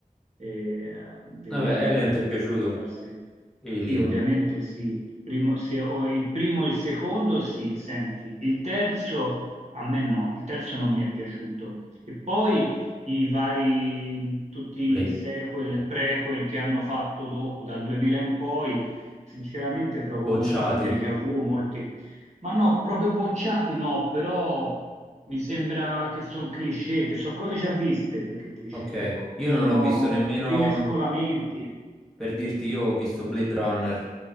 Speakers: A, on the right (about 50°); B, in the centre.
A: eh, vederli
B: vabbè, Alien
A: tutti,
B: ti è piaciuto?
A: ricordarseli tutti.
B: Alien,
A: Sì, ovviamente sì, il primo, se ho il primo e il secondo sì, senti, il terzo a me no, il terzo non mi è piaciuto. E poi i vari, tutti
B: le
A: i sequel, prequel che hanno fatto dopo dal 2000 in poi, sinceramente trovo
B: bocciati.
A: molti déjà vu, molti, ma no, proprio bocciati no, però mi sembra che sono cliché, che sono cose già viste più che cliché,
B: Ok,
A: ecco,
B: io
A: sono
B: non ho visto nemmeno,
A: rimescolamenti.
B: per dirti, io ho visto Blade Runner,